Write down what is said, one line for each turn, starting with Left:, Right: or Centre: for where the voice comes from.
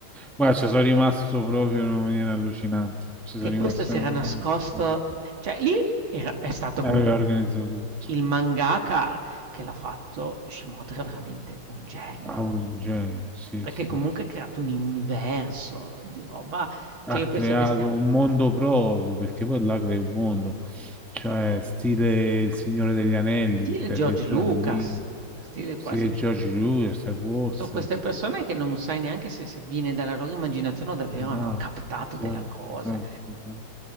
Centre: guarda, ci sono rimasto proprio in una maniera allucinante. Ci
Right: che
Centre: sono rimasto...
Right: questo si
Centre: in
Right: era
Centre: una
Right: nascosto,
Centre: maniera-
Right: cioè lì era- è stato
Centre: Aveva
Right: comunque
Centre: organizzato tutto.
Right: il mangaka che l'ha fatto, Shimoto era veramente un genio,
Centre: Bravo, un genio, sì,
Right: perché
Centre: sì,
Right: comunque
Centre: sì.
Right: ha creato un universo di roba, cioè
Centre: Ha
Right: io
Centre: creato
Right: penso che sia
Centre: un mondo proprio, perché poi là crea un mondo. Cioè, stile Il Signore degli Anelli,
Right: stile
Centre: che crea
Right: George
Centre: addirittura
Right: Lucas,
Centre: le lingue.
Right: stile
Centre: Stile
Right: quasi
Centre: George
Right: George Lucas.
Centre: Lucas, Star Wars.
Right: Son queste
Centre: Sì.
Right: persone che non sai neanche se se viene dalla loro immaginazione o davvero
Centre: Esatto,
Right: hanno captato
Centre: esatto,
Right: della cosa,
Centre: esatto, esatto.